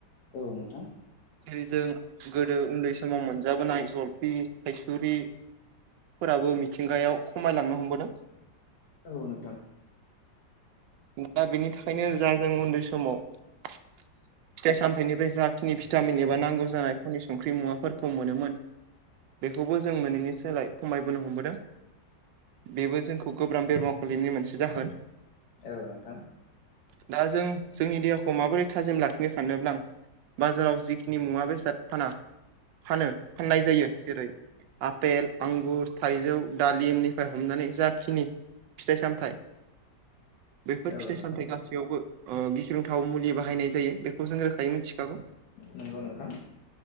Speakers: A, on the left; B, on the right.
A: औ नोंथां
B: जेरै जों गोदो उन्दै समाव मोनजाबोनाय जलफि थायसुरि फोराबो मिथिंगायाव खमायलांनो हमबोदों
A: औ नोंथां
B: दा बेनि थाखायनो जा जों उन्दै समाव फिथाइ सामथायाइनिफ्राय जा खनि भिटामिन एबा नांगौ जानाय कनि संख्रि मुवाफोरखौ मोनोमोन बेखौबो जों मोनैनि सोलाय खमायबोनो हमबोदों। बेबो जोंखौ गोब्राब बेरमाव खुलिनायनि मोनसे जाहोन।
A: औ नोंथां।
B: दा जों जोंनि देहाखौ माबोरै थाजिम लाखिनो सानोब्ला बाजाराव जिखिनि मुवा बेसाद फाना फानो फाननाय जायो जेरै आपेल आंगुर थाइजौ दालिमनिफ्राय हमनानै जाखिनि फिथाइ सामथाइ बेफोर
A: औ
B: फिथाइ
A: नोंथां
B: सामथायाइ गासैयावबो ओ गिख्रंथाव मुलि बाहायनाय जायो बे जों रोखायै मिथिखागौ
A: नंगौ नोंथां